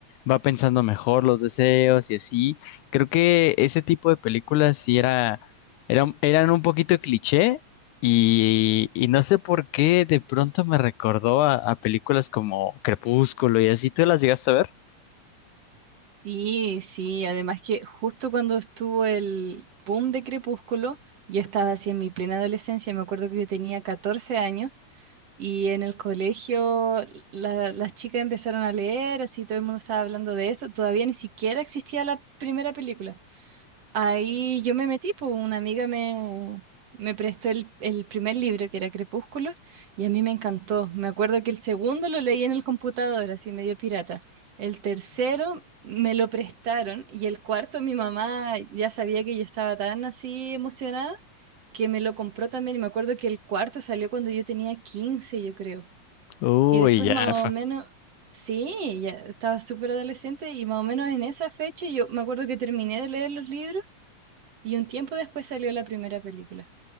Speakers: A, on the left; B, on the right.
A: va pensando mejor los deseos y así, Creo que ese tipo de películas sí era, era- eran un poquito cliché y, y no sé por qué de pronto me recordó a, a películas como Crepúsculo y así. ¿Tú las llegaste a ver?
B: Sí, sí, además que justo cuando estuvo el boom de Crepúsculo, yo estaba así en mi plena adolescencia, me acuerdo que yo tenía 14 años y en el colegio la- las chicas empezaron a leer, así todo el mundo estaba hablando de eso, todavía ni siquiera existía la primera película Ahí yo me metí, pues una amiga me, me prestó el, el primer libro, que era Crepúsculo, y a mí me encantó. Me acuerdo que el segundo lo leí en el computador, así medio pirata. El tercero me lo prestaron y el cuarto mi mamá ya sabía que yo estaba tan así emocionada que me lo compró también. Y me acuerdo que el cuarto salió cuando yo tenía quince yo creo.
A: Uy,
B: Y después
A: ya,
B: más o menos... Sí, ya estaba súper adolescente y más o menos en esa fecha yo me acuerdo que terminé de leer los libros y un tiempo después salió la primera película.